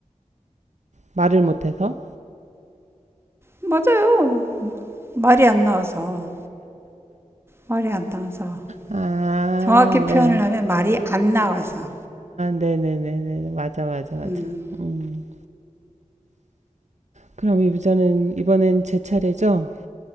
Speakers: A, on the right (about 65°); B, on the right (about 20°).
A: 말을 못해서
B: 맞아요. 말이 안 나와서 말이 안 나와서
A: 아네아
B: 정확히 표현을 하면 말이 안 나와서
A: 네네네네 맞아 맞아 맞아
B: 음,
A: 음 그럼 이부자는 이번엔 제 차례죠